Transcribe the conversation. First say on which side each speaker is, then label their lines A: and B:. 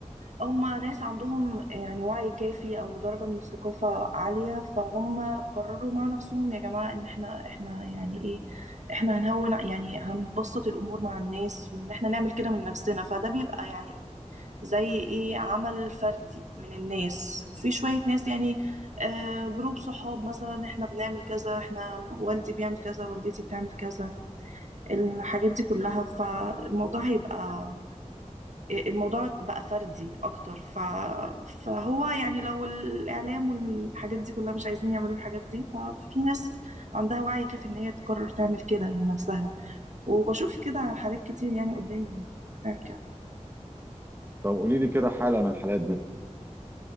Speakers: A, on the right (about 70°); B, on the right (about 20°).
A: هم ناس عندهم يعني وعي كافي او درجه من الثقافه عاليه فهم قرروا مع نفسهم يا جماعه ان احنا احنا يعني ايه احنا هنهون يعني هنبسط الامور مع الناس وان احنا نعمل كده من نفسنا فده بيبقى يعني زي ايه عمل فردي من الناس في شوية ناس يعني آه جروب صحاب مثلا احنا بنعمل كذا احنا والدي بيعمل كذا والدتي بتعمل كذا الحاجات دي كلها فالموضوع هيبقى الموضوع بقى فردي اكتر ف... فهو يعني لو الاعلام والحاجات دي كلها مش عايزين يعملوا الحاجات دي ففي ناس عندها وعي كافي ان هي تقرر تعمل كده من نفسها وبشوف كده حالات كتير يعني قدامي بتعمل كده
B: طب قولي لي كده حالة من الحالات دي